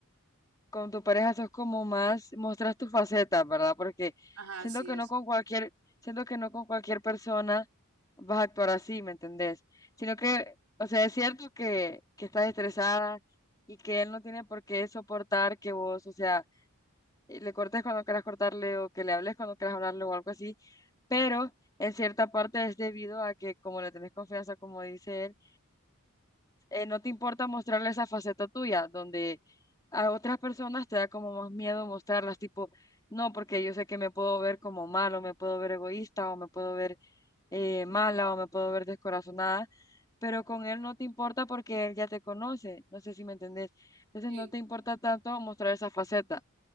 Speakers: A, on the left; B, on the right.
A: con tu pareja sos como más, mostras tu faceta, ¿verdad? Porque
B: Ajá,
A: siento
B: sí,
A: que
B: es.
A: no con cualquier, siento que no con cualquier persona vas a actuar así, ¿me entendés? Sino que, o sea, es cierto que, que estás estresada y que él no tiene por qué soportar que vos, o sea, eh, le cortes cuando quieras cortarle o que le hables cuando quieras hablarle o algo así, pero en cierta parte es debido a que como le tenés confianza, como dice él, eh, no te importa mostrarle esa faceta tuya, donde a otras personas te da como más miedo mostrarlas, tipo, no, porque yo sé que me puedo ver como malo, me puedo ver egoísta, o me puedo ver eh, mala, o me puedo ver descorazonada, pero con él no te importa porque él ya te conoce, no sé si me entendés. Entonces
B: Sí,
A: no te importa tanto mostrar esa faceta,